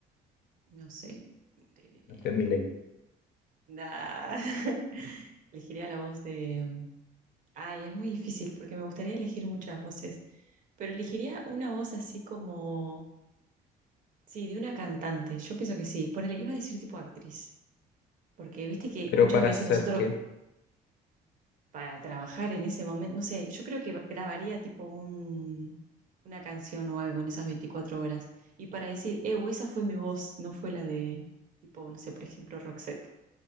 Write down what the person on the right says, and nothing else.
no sé, de...
nah. <laughs> Elegiría la voz de... Ay, es muy difícil porque me gustaría elegir muchas voces, pero elegiría una voz así como... Sí, de una cantante. Yo pienso que sí. Ponele, iba a decir tipo actriz, porque viste que
muchas
veces
nosotros
para trabajar en ese momento. No sé, yo creo que grabaría tipo un, una canción o algo en esas 24 horas. Y para decir, eh, esa fue mi voz, no fue la de, tipo, no sé, por ejemplo, Roxette.